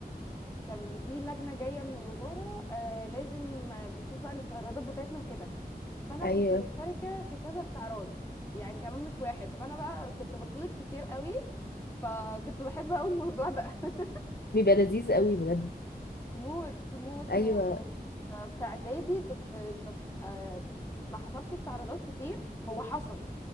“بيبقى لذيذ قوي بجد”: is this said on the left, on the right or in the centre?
Left